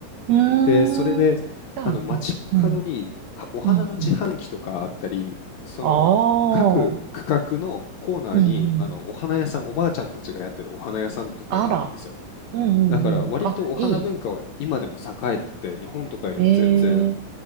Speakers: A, on the right (about 85°); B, on the left (about 70°).
A: ー
B: で、それで、
A: ん。じゃあ、
B: あの街角にはお花の自販機とかあったり、
A: いいね。うん、うん、うん。
B: その各区画のコーナーにあのお花屋さん、
A: ああ、うん、うん。
B: おばあちゃんたちがやってるお花屋さんとかがあるんですよ。
A: あら。うん、うん、
B: だから割とお花文化は今でも栄えてて、
A: うん。あ、いい。
B: 日本とかよりも全然
A: ええ